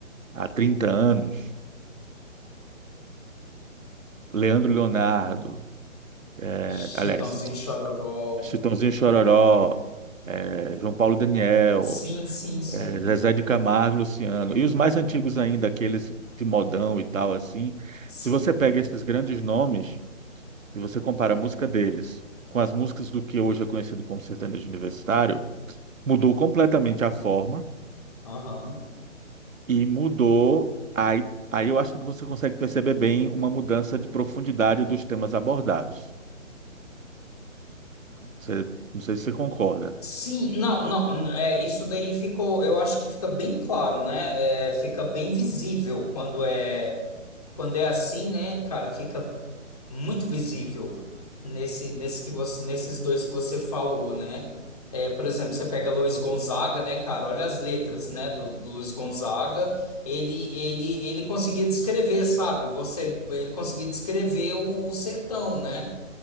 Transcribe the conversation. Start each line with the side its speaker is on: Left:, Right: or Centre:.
Right: há 30 anos, Leandro Leonardo, eh,
Left: Chitãozinho
Right: aliás,
Left: Chororó.
Right: Chitãozinho e Chororó, eh, João Paulo e Daniel,
Left: Sim, sim, sim.
Right: eh, Zezé de Camargo, Luciano, e os mais antigos ainda, aqueles de modão e tal assim,
Left: Sim.
Right: se você pega esses grandes nomes, e você compara a música deles com as músicas do que hoje é conhecido como sertanejo universitário, mudou completamente a forma
Left: Aham.
Right: e mudou. Aí, aí eu acho que você consegue perceber bem uma mudança de profundidade dos temas abordados. Você, não sei se você concorda.
Left: Sim, não, não, n- é, isso daí ficou, eu acho que fica bem claro, né? É, fica bem visível quando é, quando é assim, né, cara? Fica muito visível nesse, nesse que você, nesses dois que você falou, né? É, por exemplo, você pega Luiz Gonzaga, né, cara? Olha as letras, né, do, do Luiz Gonzaga. Ele, ele, ele conseguia descrever, sabe? Você, ele conseguia descrever o, o sertão, né?